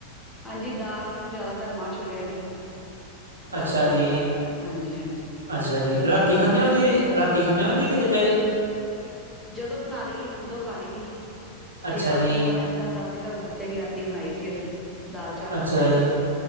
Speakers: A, in the centre; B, on the right (about 80°).
A: ਹਾਂਜੀ, ਦਾਲ ਮੈਨੂੰ ਜ਼ਿਆਦਾਤਰ ਮਾਂ ਛੋਲਿਆਂ ਦੀ ਦਾਲ
B: ਅੱਛਾ
A: ਪਸੰਦ
B: ਜੀ
A: ਹੈ ਹਾਂਜੀ-ਹਾਂਜੀ
B: ਅੱਛਾ ਜੀ
A: ਵਧੀਆ
B: ਰਾਤੀ
A: ਬਣਦੀ
B: ਖਾਂਦੇ ਹੋ
A: ਹੈ।
B: ਜੀ ਰਾਤੀ ਖਾਂਦੇ ਹੋ, ਜੇ ਕਿ ਦੁਪਹਿਰੇ
A: ਜਦੋਂ ਬਣਾ ਲਈਏ ਉਦੋਂ ਖਾ ਲਈ ਦੀ ਏ,
B: ਅੱਛਾ
A: ਜੇ ਰਾਤ
B: ਜੀ
A: ਨੂੰ ਬਣਾ ਜਿੱਦਾਂ ਹੁਣ ਰਾਤੀ ਤੁਹਾਨੂੰ ਦੱਸ ਕਿਉਂਕਿ ਰਾਤੀ ਬਣਾਈ ਸੀ ਅਸੀਂ, ਦਾਲ ਚਾਵਲ
B: ਅੱਛਾ
A: ਬਣਾਏ
B: ਜੀ
A: ਸੀਗੇ।